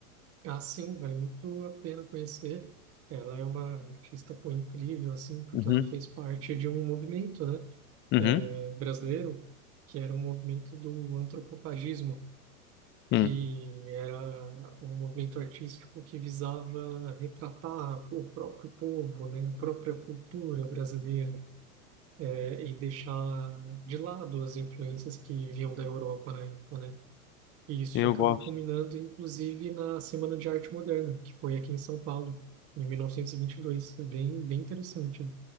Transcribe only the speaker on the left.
Uhum,
uhum,
hum.
Eu
gosto.